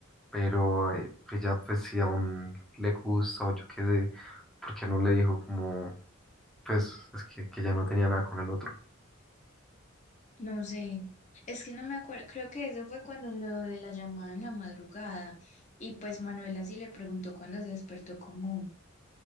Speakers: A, in the centre; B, on the left.
A: Pero eh, que ya, pues, si aún le gusta o yo qué sé, ¿por qué no le dijo como. Pues es que, que ya no tenía nada con el otro.
B: No sé, es que no me acuerdo, creo que eso fue cuando lo de la llamada en la madrugada, y pues Manuela sí le preguntó cuando se despertó como...